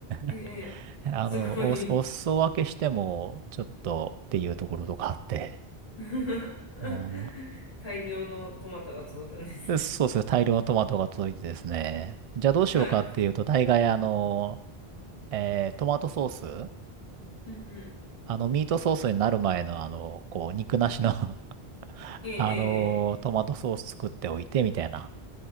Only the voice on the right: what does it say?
<laughs>
あの、
お、お裾分けしてもちょっとっていうところとかあって、
うん
でそうですね。大量のトマトが届いてですね。じゃあどうしようかっていうと、
大概あの、えートマトソース
あの、ミートソースになる前のあの、こう、肉なしの <laughs>
あの、
トマトソース作っておいてみたいな